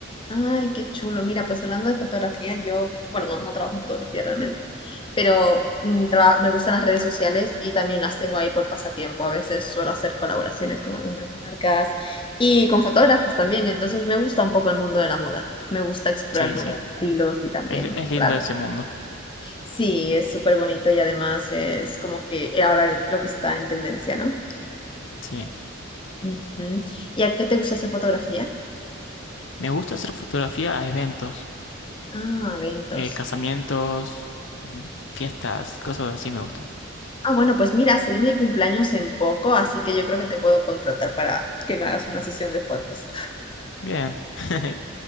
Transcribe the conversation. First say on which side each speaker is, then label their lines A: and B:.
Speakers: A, on the left; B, on the left.
A: Ay, qué chulo. Mira, pues hablando de fotografía, yo, bueno, no, no trabajo en fotografía realmente, pero mm, traba- me gustan las redes sociales y también las tengo ahí por pasatiempo. A veces suelo hacer colaboraciones con algunas marcas y con fotógrafos también. Entonces me gusta un poco el mundo de la moda. Me gusta explorar
B: Sí,
A: nuevos
B: sí.
A: estilos y también
B: Es,
A: mostrar.
B: es lindo ese mundo.
A: Sí, es súper bonito y además es como que ahora lo que está en tendencia, ¿no?
B: Sí.
A: Ujú. ¿Y a qué te gusta hacer fotografía?
B: Me gusta hacer fotografía a eventos.
A: Ah, eventos.
B: eh, casamientos, mm, fiestas, cosas así me gustan.
A: Ah, bueno, pues mira, se viene mi cumpleaños en poco, así que yo creo que te puedo contratar para que me hagas una sesión de fotos.
B: Bien. <laughs>